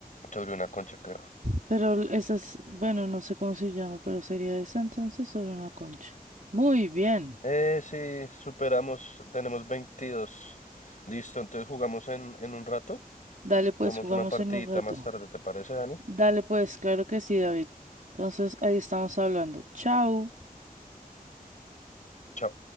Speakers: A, on the left; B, on the right.
A: sobre una concha, creo.
B: pero esa es, bueno, no sé cómo se llama, pero sería esa entonces sobre una concha. Muy bien.
A: Eh, sí, superamos, tenemos veintidós Listo, entonces jugamos en, en un rato,
B: Dale, pues,
A: jugamos
B: jugamos
A: una partidita
B: en un rato.
A: más tarde, ¿te parece, Dani?
B: Dale, pues, claro que sí, David. Entonces, ahí estamos hablando. Chao.
A: Chao.